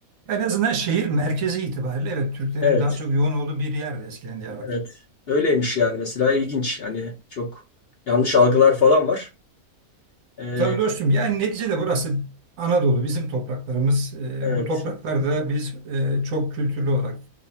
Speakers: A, on the right; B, on the left.
A: En azından şehir merkezi itibariyle evet Türklerin
B: Evet,
A: daha çok yoğun olduğu bir yerdi eskiden Diyarbakır.
B: evet. Öyleymiş yani mesela ilginç. Hani çok yanlış algılar falan var. E,
A: Tabii dostum yani neticede burası Anadolu, bizim topraklarımız. Ee,
B: evet,
A: bu topraklarda biz e, çok kültürlü olarak